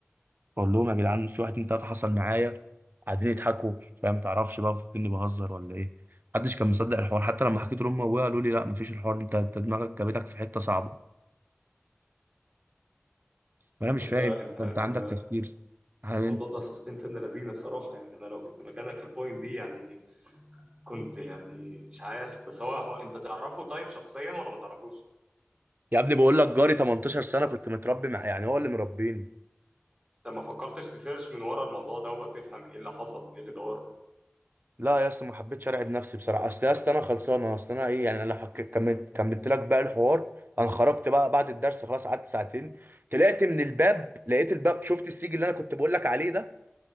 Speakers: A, on the right; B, on the right.
A: بقول لهم يا جدعان في واحد اتنين تلاته حصل معايا قاعدين يضحكوا فاهم تعرفش بقى فاكرني اني بهزر ولا ايه محدش كان مصدق الحوار حتى لما حكيت لهم ابويا قالوا لي لا مفيش الحوار ده، انت انت دماغك جابتك في حته صعبه وانا مش
B: تبدا
A: فاهم
B: انت
A: انت
B: انت
A: أنت عندك تفكير هل
B: الموضوع
A: انت
B: ده سسبنس ابن لذينه بصراحه يعني انا لو كنت مكانك في البوينت دي يعني كنت يعني مش عارف بس هو هو انت تعرفه طيب شخصيا ولا ما تعرفوش؟
A: يا ابني بقول لك جاري 18 سنه كنت متربي مع يعني هو اللي مربيني
B: انت ما فكرتش تسيرش من ورا الموضوع دوت تفهم ايه اللي حصل ايه اللي دار
A: لا يا اسطى ما حبيتش ارعب نفسي بصراحه اصل يا اسطى انا خلصانه اصل انا ايه يعني انا لو حك... كملت كملت لك بقى الحوار انا خرجت بقى بعد الدرس خلاص قعدت ساعتين طلعت من الباب لقيت الباب شفت السيج اللي انا كنت بقول لك عليه ده